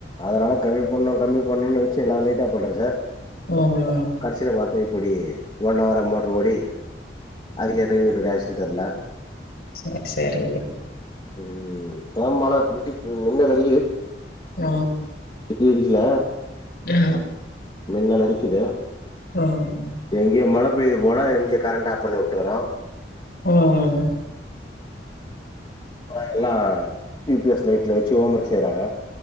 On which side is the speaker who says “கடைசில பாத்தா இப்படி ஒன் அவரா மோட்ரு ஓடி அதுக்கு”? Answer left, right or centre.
Left